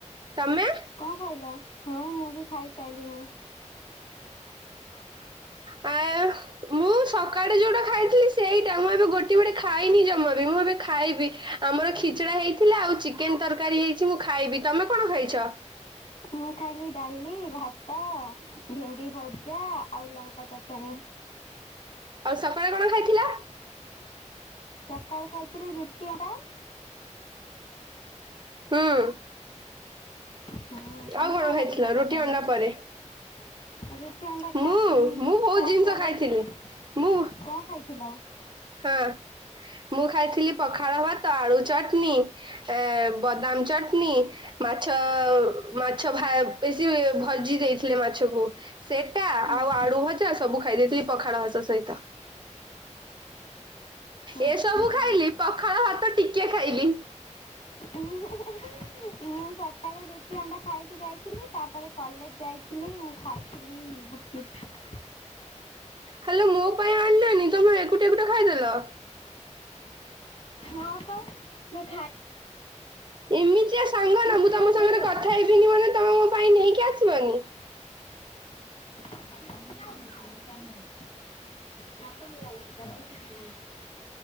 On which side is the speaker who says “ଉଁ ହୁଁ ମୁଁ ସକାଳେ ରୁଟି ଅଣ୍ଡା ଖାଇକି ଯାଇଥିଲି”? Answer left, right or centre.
Left